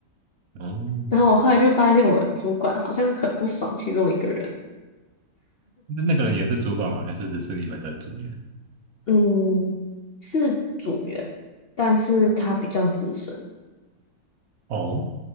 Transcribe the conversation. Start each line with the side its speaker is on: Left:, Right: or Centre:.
Right: 哦，
Left: 然后我后来就发现我主管好像很不爽其中一个人，
Right: 那那个人也是主管吗？还是只是你们的组员？
Left: 嗯，是组员，但是他比较资深，
Right: 哦，